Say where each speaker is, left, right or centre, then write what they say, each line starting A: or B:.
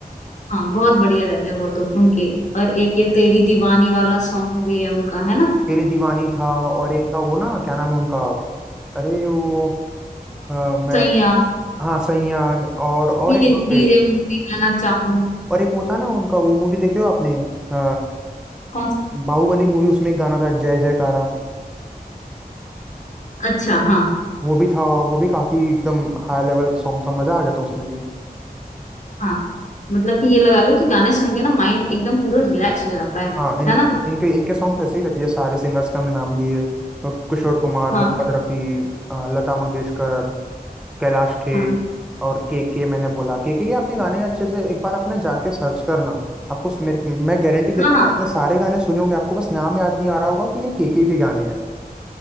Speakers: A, on the left; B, in the centre.
A: हाँ बहुत बढ़िया रहते हैं वो तो उनके और एक ये तेरी दीवानी वाला सॉन्ग भी है उनका है ना
B: तेरी दीवानी था और एक था वो ना क्या नाम है उनका अरे वो अ, मैं
A: सैया
B: हाँ सैया और और
A: हीरे
B: एक दो थे
A: हीरे मोती मैं ना चाहूँ
B: और एक वो था ना उनका वो मूवी देखे हो आपने अ,
A: कौन
B: बाहुबली मूवी उसमें एक गाना था जय जयकारा
A: सा अच्छा हाँ
B: वो भी था वो भी काफी एकदम हाई लेवल सॉन्ग था मजा आ गया था उसमें भी
A: हाँ मतलब कि ये लगा लो कि गाने सुन के ना माइंड एकदम पूरा रिलैक्स हो जाता है
B: हाँ इनका
A: है ना
B: इनके इनके सॉन्ग्स ऐसे ही रहते हैं ये सारे सिंगर्स के हमने नाम लिए अ, किशोर कुमार
A: हाँ
B: मोहम्मद रफ़ी अ, लता मंगेशकर कैलाश खेर
A: हाँ
B: और के के मैंने बोला के के ये आपने गाने अच्छे से एक बार आपने जाके सर्च करना आपको उस- मेरे मैं गारंटी देता
A: हाँ
B: हूँ
A: हाँ
B: आपने सारे गाने सुने होंगे आपको बस नाम याद नहीं आ रहा होगा कि ये के के के गाने हैं